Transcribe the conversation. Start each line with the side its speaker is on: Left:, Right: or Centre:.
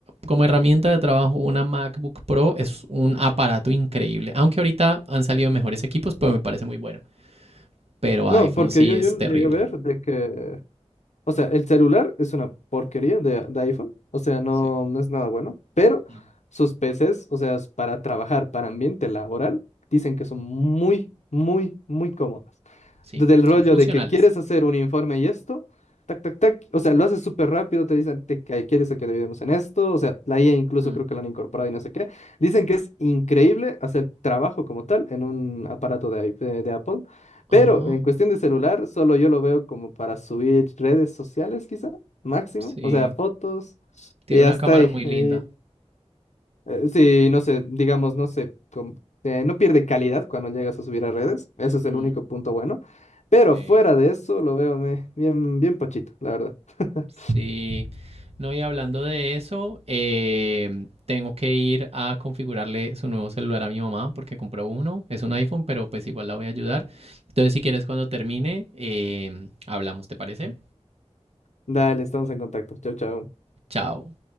Right: Como herramienta de trabajo, una MacBook Pro es un aparato increíble, aunque ahorita han salido mejores equipos, pero me parece muy bueno. Pero
Left: No,
Right: iPhone
Left: porque
Right: sí
Left: yo,
Right: es
Left: yo
Right: terrible.
Left: llegué a ver de que, o sea, el celular es una porquería de, de iPhone, o sea, no,
Right: Sí,
Left: no es nada bueno, pero
Right: no.
Left: sus PCs, o sea, es para trabajar, para ambiente laboral, dicen que son muy, muy, muy cómodos.
Right: Sí,
Left: de- del rollo
Right: son funcionales.
Left: de que quieres hacer un informe y esto, tac, tac, tac, o sea, lo haces súper rápido, te dicen te- que quieres que dividamos en esto, o sea, la IA incluso
Right: Mm,
Left: creo que lo han incorporado y no sé qué. Dicen que es increíble hacer trabajo como tal en un aparato de, iP- de de Apple, pero
Right: Ajá,
Left: en
Right: Mm.
Left: cuestión de celular, solo yo lo veo como para subir redes sociales, quizá, máximo,
Right: sí.
Left: o sea, fotos,
Right: Tiene
Left: y hasta
Right: una cámara
Left: ahí.
Right: muy linda.
Left: Eh, sí, no sé, digamos, no sé, com- eh, no pierde calidad cuando llegas a subir a redes. Ese es el
Right: Mm,
Left: único punto bueno. Pero
Right: Sí,
Left: fuera de eso, lo veo me- bien, bien pochito, la verdad. <laughs>
Right: sí. No, y hablando de eso, em, tengo que ir a configurarle su nuevo celular a mi mamá porque compró uno. Es un iPhone, pero pues igual la voy a ayudar. Entonces, si quieres, cuando termine, em, hablamos, ¿te parece?
Left: Dale, estamos en contacto. Chao, chao.
Right: Chao.